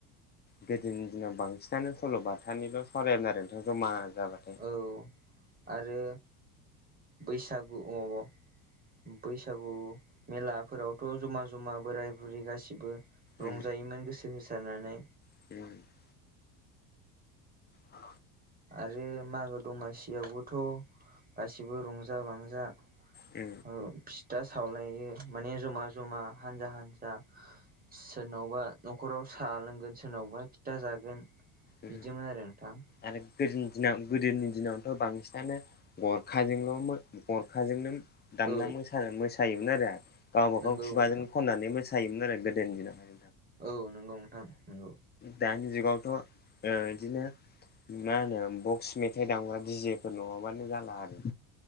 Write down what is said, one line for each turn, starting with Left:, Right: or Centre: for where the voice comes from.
Left: गोदोनि दिनाव बांसिनानो सल' बाथानिल' सावरायायोमोन आरो नोंथ' जमा जाबाय।
Right: औ आरो बैसागु अ बैसागु मेलाफोरावथ' जमा जमा बोराय बुरि गासिबो रंजायोमोन
Left: उम
Right: गोसो होसारनानै।
Left: <unintelligible> औ
Right: आरो मागो दमासियावबोथ' गासिबो रंजा बांजा
Left: औ।
Right: ओ फिथा सावलायो माने जमा जमा हानजा हानजा सोरनावबा न'खराव साहा लोंगोन सोरनावबा फिथा जागोन।
Left: उम
Right: बिदिमोन आरो नोंथां।
Left: आरो गोनि दिनाव गोदोनि दिनावनोथ' बांसिनानो गरखाजोंल' गरखाजोंनो दामना
Right: औ
Left: मो मोसायोमोन आरो गावबागाव
Right: नंगौ
Left: खुगाजों
Right: नोंथां
Left: खननानै मोसायोमोन आरो गोदोनि दिनाव।
Right: औ नंगौ नोंथां नंगौ।
Left: दानि जुगावथ'ओ बिदिनो मा होनो बक्स मेथाइ दामग्रा दिडिजेफोर नङाबानो जाला आरो